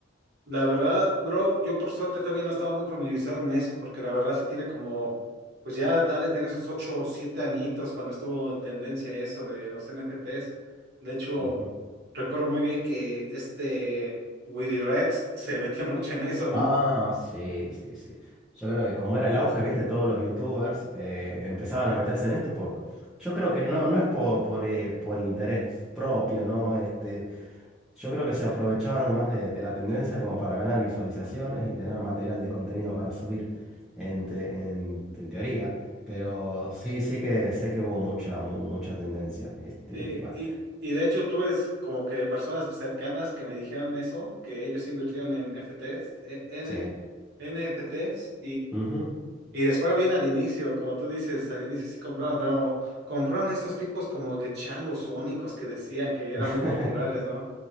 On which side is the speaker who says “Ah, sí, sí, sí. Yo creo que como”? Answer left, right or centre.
Centre